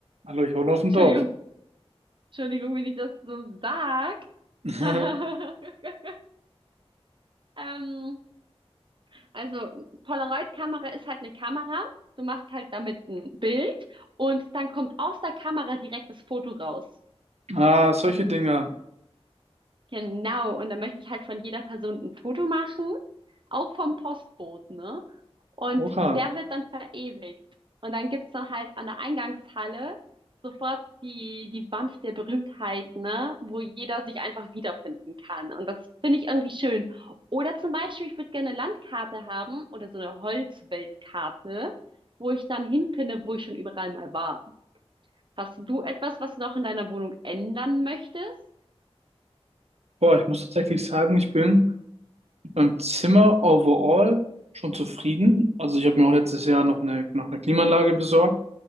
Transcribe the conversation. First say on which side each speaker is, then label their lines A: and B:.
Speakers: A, on the right (about 80°); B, on the right (about 50°).
A: Hallo, ich wohne auf dem
B: Entschuldigung,
A: Dorf.
B: Entschuldigung, wenn ich das so sag.
A: <laughs>
B: <laughs> Ähm, also Polaroid-Kamera ist halt eine Kamera. Du machst halt damit ein Bild und dann kommt aus der Kamera direkt das Foto raus.
A: Ah, solche Dinge.
B: Genau, und dann möchte ich halt von jeder Person ein Foto machen, auch vom Postboten, ne? Und
A: Oha.
B: der wird dann verewigt. Und dann gibt's dann halt an der Eingangshalle sofort die, die Wand der Berühmtheit, ne? Wo jeder sich einfach wiederfinden kann. Und das finde ich irgendwie schön. Oder zum Beispiel, ich würde gerne eine Landkarte haben oder so eine Holzweltkarte, wo ich dann hinpinne, wo ich schon überall mal war. Hast du etwas, was du noch in deiner Wohnung ändern möchtest?
A: Boah, ich muss tatsächlich sagen, ich bin Beim Zimmer overall schon zufrieden. Also ich habe mir auch letztes Jahr noch eine, noch eine Klimaanlage besorgt.